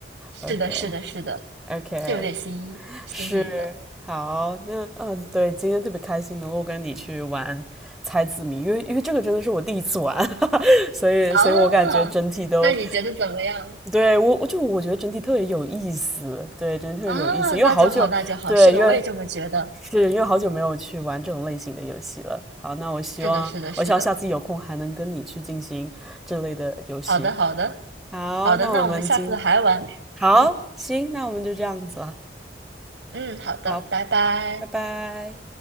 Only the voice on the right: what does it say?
是的，
是的，是的，
是有点新意新颖的。
哦，那你觉得怎么样？
啊，
那就好，那就好。是的，
我也这么觉得。
是的，是的，是的。好的，好的，
好的。
那我们下次还玩。
嗯
嗯，好的，
拜拜。